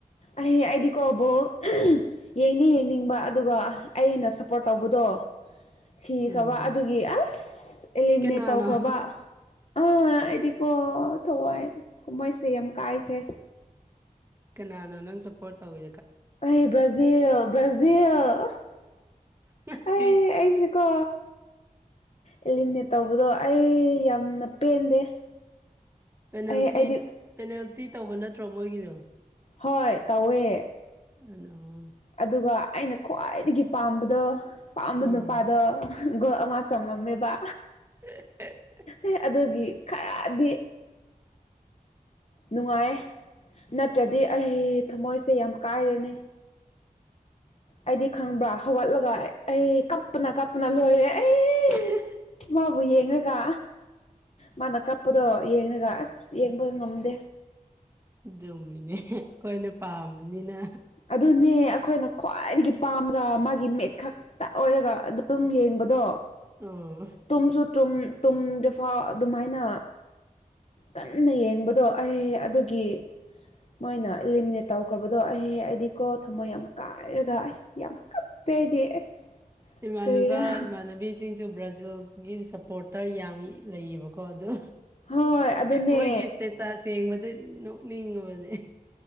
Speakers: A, on the left; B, on the right.
A: ꯑꯩ ꯑꯩꯗꯤꯀꯣ ꯕꯣꯜ ꯌꯦꯡꯅꯤ ꯌꯦꯡꯅꯤꯡ ꯑꯩꯅ ꯁꯄꯣꯔꯠ ꯇꯧꯕꯗꯣ ꯁꯤꯈ꯭ꯔꯕ
B: ꯎꯝ
A: ꯑꯗꯨꯒꯤ ꯑꯁ ꯑꯦꯂꯤꯃꯤꯅꯦꯠ
B: ꯀꯅꯥꯅꯣ
A: ꯇꯧꯈ꯭ꯔꯕ ꯑꯥ ꯑꯩꯗꯤꯀꯣ ꯊꯋꯥꯏ ꯊꯃꯣꯏꯁꯦ ꯌꯥꯝ ꯀꯥꯏꯈ꯭ꯔꯦ
B: ꯀꯩꯅꯥꯅꯣ ꯅꯪ ꯁꯄꯣꯔꯠ ꯇꯒꯋꯦ
A: ꯑꯩ ꯕ꯭ꯔꯥꯖꯤꯜ ꯕ꯭ꯔꯥꯖꯤꯜ
B: ꯉꯁꯤ
A: ꯑꯩ ꯑꯩꯁꯦꯀꯣ ꯑꯦꯂꯤꯃꯤꯅꯦꯠ ꯇꯧꯕꯗꯣ ꯑꯩ ꯌꯥꯝꯅ ꯄꯦꯟꯗꯦ
B: ꯄꯦꯅꯥꯜꯇꯤ
A: ꯑꯩ ꯑꯩꯗꯤ
B: ꯄꯦꯅꯥꯜꯇꯤ ꯇꯧꯕ ꯅꯠꯇ꯭ꯔꯣ ꯃꯣꯏꯒꯤꯗꯣ
A: ꯍꯣꯏ ꯇꯧꯋꯦ
B: ꯑꯅꯣ
A: ꯑꯗꯨꯒ ꯑꯩꯅ ꯈ꯭ꯋꯥꯏ ꯗꯒꯤ ꯄꯥꯝꯕꯗꯣ ꯄꯥꯝꯕ
B: ꯎꯝ
A: ꯅꯨꯄꯥꯗꯣ ꯒꯣꯜ ꯑꯃ ꯆꯪꯉꯝꯃꯦꯕ
B: <unintelligible>
A: ꯑꯦ ꯑꯗꯨꯒꯤ ꯈꯔꯗꯤ ꯅꯨꯡꯉꯥꯢꯌꯦ ꯅꯠꯇ꯭ꯔꯗꯤ ꯑꯩ ꯊꯃꯣꯏꯁꯦ ꯌꯥꯝ ꯀꯥꯏꯔꯅꯤ ꯑꯩꯗꯤ ꯈꯪꯕ꯭ꯔꯥ ꯍꯧꯒꯠꯂꯒ ꯑꯩ ꯀꯞꯄꯅ ꯀꯞꯄꯅ ꯂꯣꯏꯔꯦ
B: <unintelligible>
A: ꯑꯩ ꯃꯥꯕꯨ ꯌꯦꯡꯔꯒ ꯃꯥꯅ ꯀꯞꯄꯗꯣ ꯌꯦꯡꯔꯒ ꯑꯁ ꯌꯦꯡꯕ ꯉꯝꯗꯦ
B: ꯑꯗꯨꯨꯝꯃꯤꯅꯦ ꯑꯩꯈꯣꯏꯅ ꯄꯥꯝꯕꯅꯤꯅ
A: ꯑꯗꯨꯅꯦ ꯑꯩꯈꯣꯏꯅ ꯈ꯭ꯋꯥꯏꯗꯒꯤ ꯄꯥꯝꯒ ꯃꯥꯒꯤ ꯃꯤꯠ ꯈꯛꯇ ꯑꯣꯏꯔꯒ ꯑꯗꯨꯝ ꯌꯦꯡꯕꯗꯣ
B: ꯑꯥ
A: ꯇꯨꯝꯁꯨ ꯇꯨꯝ ꯇꯨꯝꯗ ꯐꯥꯎ ꯑꯗꯨꯃꯥꯏꯅ ꯀꯟꯅ ꯌꯦꯡꯕꯗꯣ ꯑꯩ ꯑꯗꯨꯒꯤ ꯃꯣꯏꯅ ꯏꯂꯤꯃꯤꯅꯦꯠ ꯇꯧꯈ꯭ꯔꯕꯗꯣ ꯑꯩꯍꯦ ꯑꯩꯗꯤꯀꯣ ꯊꯝꯃꯣꯏ ꯌꯥꯝ ꯀꯥꯏꯔꯒ ꯑꯁ ꯌꯥꯝ ꯀꯞ ꯄꯦꯗꯤ ꯑꯁ
B: ꯏꯃꯥꯟꯅꯕ
A: ꯀꯔꯤꯔꯥ
B: ꯏꯃꯥꯟꯅꯕꯤꯁꯤꯡꯁꯨ ꯕ꯭ꯔꯥꯖꯤꯜꯒꯤ ꯁꯄꯣꯔꯠꯇ ꯌꯥꯝꯃꯤ ꯂꯩꯌꯦꯕ ꯀꯣ ꯑꯗꯨ
A: ꯍꯣꯏ ꯑꯗꯨꯅꯦ
B: ꯃꯣꯏꯒꯤ ꯁꯇꯦꯇꯁ ꯌꯦꯡꯕꯗ ꯅꯣꯛꯅꯤꯡꯉꯕꯅꯦ